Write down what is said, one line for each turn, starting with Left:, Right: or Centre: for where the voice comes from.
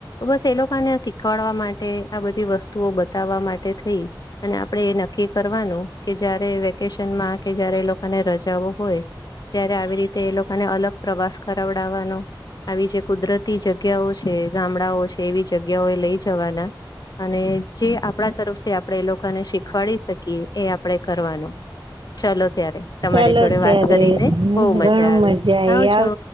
Left: બસ એ લોકોને શીખવાડવા માટે આ બધી વસ્તુઓ બતાવવા માટે થઈ. અને આપણેે એ નક્કી કરવાનું કે જયારે વેકેશનમાં કે જયારે એ લોકોને રજાઓ હોય. ત્યારે આવી રીતે એ લોકોને અલગ પ્રવાસ કરાવડાવવાનો આવી જે કુદરતી જગ્યા જગ્યાઓ છે. ગામડાઓ છે, એવી જગ્યાઓ એ લઈ જવાના અને જે આપણા તરફથી આપણે એ લોકોને શીખવાડી શકીએ. એ આપણે કરવાનુ ચલો ત્યારે. તમારી
Right: ચાલો
Left: જોડે
Right: ત્યારે
Left: વાત કરીને
Right: ઘણું
Left: બહુ મજા આવી.
Right: આવી
Left: આવજો